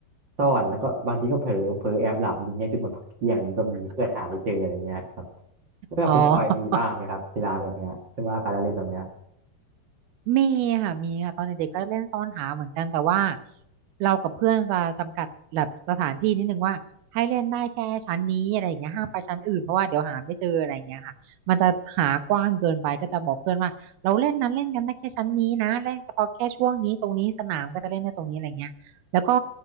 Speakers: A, on the right; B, on the right.
A: ซ่อนแล้วก็บางทีก็เผลอเผลอแอบหลับอย่างเงี้ยจนหมดพักเที่ยงก็มีเพื่อนหาไม่เจออะไรเงี้ยครับแล้วคุณออยมีบ้างไหมครับกีฬาแบบเนี้ยหรือว่าการเล่นแบบเนี้ย
B: อ๋อ มีค่ะมีค่ะ ตอนเด็กๆก็เล่นซ่อนหาเหมือนกันแต่ว่าเรากับเพื่อนจะจำกัดแบบสถานที่นิดนึงว่าให้เล่นได้แค่ชั้นนี้อะไรอย่างเงี้ยห้ามไปชั้นอื่นเพราะว่าเดี๋ยวหาไม่เจออะไรอย่างเงี้ยค่ะมันจะหากว้างเกินไปก็จะบอกเพื่อนว่าเราเล่นนั้นเล่นกันได้แค่ชั้นนี้นะเล่นเฉพาะแค่ช่วงนี้ตรงนี้สนามก็จะเล่นได้ตรงนี้อะไรเงี้ยแล้วก็